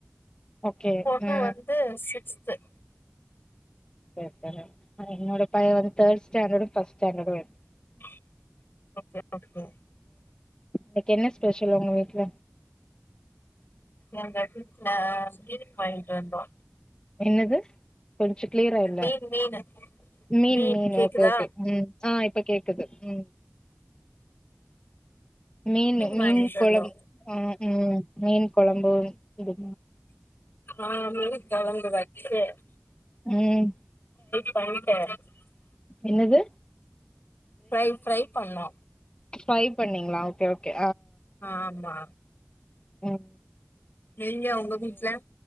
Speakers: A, on the left; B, on the left.
A: ஓகே
B: பொண்ணு
A: ம்
B: வந்து சிக்ஸ் <unintelligible>
A: செரி செரி என்னோட பையவந்து தேர்ட் ஸ்டாண்டடு ஃபஸ்ட் ஸ்டாண்டடு
B: <unintelligible>
A: எனக் கென்ன பெஷல் உங்க வீட்ல
B: எங்க வீட்ல கேக் வாங்கிட்டு வந்தோ
A: என்னது கொஞ்ச கிளியரா இல்ல
B: மீன் மீனு
A: மீன்-மீன்
B: மீன் கேக்குதா
A: ஓகே ஓகே உம் ஆஹ் இப்ப கேக்குது உஹம் மீனு
B: வாங்கிட்டு
A: மீன் கொளம்
B: வந்தோ
A: ஹா உம் மீன் கொழம்பு இது
B: ஆஹ மீன் குழம்பு வச்சே
A: உஹம்
B: <unintelligible>
A: என்னது
B: ப்ரை ப்ரை பண்ணோ
A: ப்ரை பண்ணிங்ளா ஓகே ஓகே
B: ஆஹ் ஆமா
A: உஹம்
B: நீங்க உங்க வீட்ல